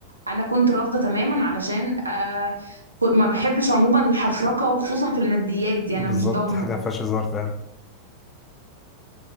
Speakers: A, on the right; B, on the left.
A: انا كنت رافضه تماما علشان آه كو- ما بحبش عموما الحفرقه وخصوصا في الماديات دي
B: بالظبط
A: انا مش ضامنه
B: حاجة مفيهاش هزار فعلا